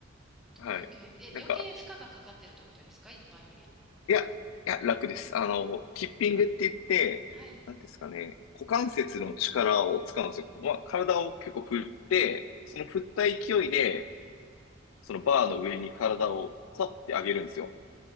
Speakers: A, in the centre; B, on the left (about 85°).
A: どういうけ、
B: はい。
A: え、
B: なんか、
A: 余計負荷がかかってるってことですか一般より。
B: いや、いや、楽です。あの、キッピングって言って、
A: はい。
B: なんていうんですかね、股関節の力を使うんですよ。まあ、体を結構振って、その振った勢いで、そのバーの上に体をさって上げるんですよ。